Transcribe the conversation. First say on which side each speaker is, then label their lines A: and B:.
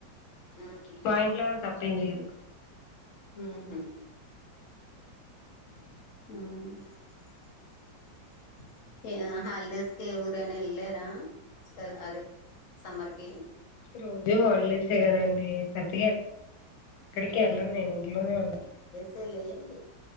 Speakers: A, on the left; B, on the left.
A: మ్ హు
B: మా ఇంట్లో వాళ్ళ తప్పేం లేదు.
A: మ్ హు మ్ ఏ హాలిడేస్కి ఏ ఊరైనా వెళ్ళరా సర్ అదే సమ్మర్కి
B: రోజు హాలిడేసే కదండి. పెద్దగా ఎక్కడికి వెళ్ళాను నేను ఇంట్లోనే ఉంటాను.
A: అంతేలేండి.